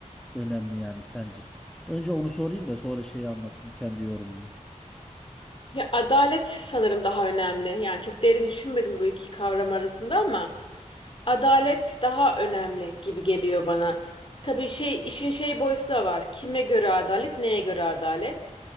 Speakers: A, in the centre; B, on the left (about 45°).
A: Önemli yani sence. Önce onu sorayım da sonra şeyi anlatayım kendi yorumumu.
B: Ya adalet sanırım daha önemli. Yani çok derin düşünmedim bu iki kavram arasında ama adalet daha önemli gibi geliyor bana. Tabii şey işin şey boyutu da var. Kime göre adalet, neye göre adalet?